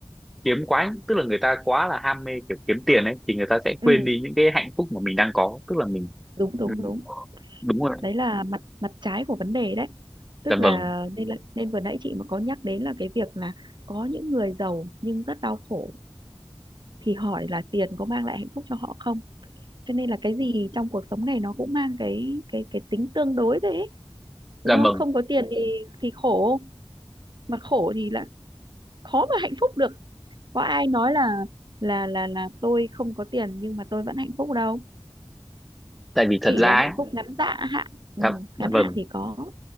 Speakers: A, in the centre; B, on the right.
A: kiếm quá tức là người ta quá là ham mê kiểu kiếm tiền ấy thì người ta sẽ
B: ừ,
A: quên đi những cái hạnh phúc mà mình đang có tức là mình
B: đúng đúng
A: ừm,
B: đúng
A: đúng rồi
B: đấy là mặt mặt trái của vấn đề đấy tức
A: dạ
B: là
A: vâng
B: nên là nên vừa nãy chị mà có nhắc đến là cái việc là có những người giàu nhưng rất đau khổ thì hỏi là tiền có mang lại hạnh phúc cho họ không cho nên là cái gì trong cuộc sống này nó cũng mang cái cái cái tính tương đối đấy ấy, đúng
A: dạ
B: không
A: vâng
B: không có tiền thì thì khổ mà khổ thì là khó mà hạnh phúc được có ai nói là là là là tôi không có tiền nhưng mà tôi vẫn hạnh phúc đâu
A: tại vì thật
B: chỉ
A: ra
B: là hạnh
A: ấy
B: phúc ngắn dạ hạn ừ,
A: dạ, dạ
B: ngắn
A: vâng
B: hạn thì có